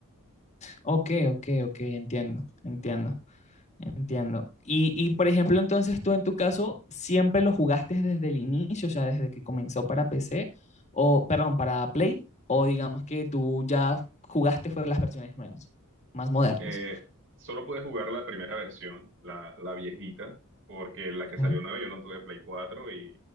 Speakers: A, on the left; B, on the right.
A: ok, ok, ok, entiendo, entiendo. Entiendo. Y, y, por ejemplo, entonces tú en tu caso siempre lo jugaste desde el inicio, o sea, desde que comenzó para PC, o perdón, para Play, o digamos que tú ya jugaste fue las versiones nuevas, más modernas.
B: Eh, solo pude jugar la primera versión, la, la viejita, porque la que salió
A: Ujú.
B: nueva yo no tuve Play 4 y,